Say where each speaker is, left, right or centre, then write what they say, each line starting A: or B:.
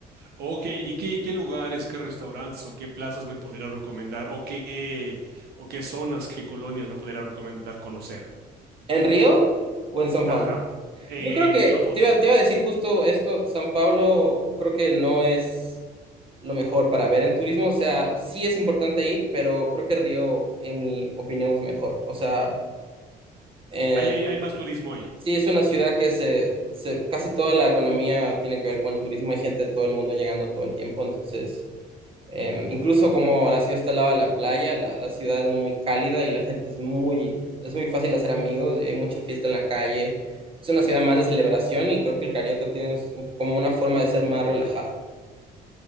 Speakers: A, on the right; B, on the right.
A: ok. ¿Y qué, qué lugares, qué restaurantes o qué plazas me podría recomendar o qué, o qué zonas, qué colonias me podría recomendar conocer?
B: ¿En Río o en San Pablo?
A: Ajá. En
B: Yo creo que
A: los dos.
B: te iba, te iba a decir justo esto, San Pablo creo que no es lo mejor para ver en turismo, o sea, sí es importante ir, pero creo que Río, en mi opinión, es mejor, o sea... eh,
A: Hay, hay, hay más turismo ahí.
B: Sí, es una ciudad que se, se- casi toda la economía tiene que ver con el turismo. Hay gente de todo el mundo llegando todo el tiempo. Entonces, eh, incluso como la ciudad está al lado de la playa, la, la ciudad es muy cálida y la gente es muy, es muy fácil hacer amigos y hay mucha fiesta en la calle. Es una ciudad más de celebración y creo que el Carioca tiene un- como una forma de ser más relajada.